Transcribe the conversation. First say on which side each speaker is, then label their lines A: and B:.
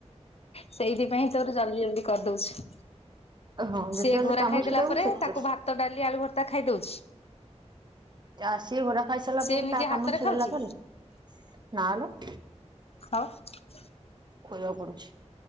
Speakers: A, on the left (about 60°); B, on the right (about 40°).
A: ସେଇଥିପାଇଁ ତୋର ଜଲଦି ଜଲଦି କରିଦଉଛି।
B: ହଁ ଯେତେବେଳେ
A: ସିଏ ଘୋରା
B: କାମ
A: ଖାଇଦେଲା
B: ଛିଡଉ
A: ପରେ
B: ସେତ
A: ତାକୁ ଭାତ ଡାଲି ଆଳୁ ଭର୍ତ୍ତା ଖାଇଦଉଛି।
B: ଆସି ଘୋରା ଖାଇସାରିଲା
A: ସେ
B: ପରେ
A: ନିଜେ
B: ତା
A: ହାତରେ
B: କାମ ଚିଡେଇଲା
A: ଖାଉଛି
B: ପରେ ନାଲୋ।
A: <inaudible>
B: ଖୁଆବାକୁ ପଡୁଛି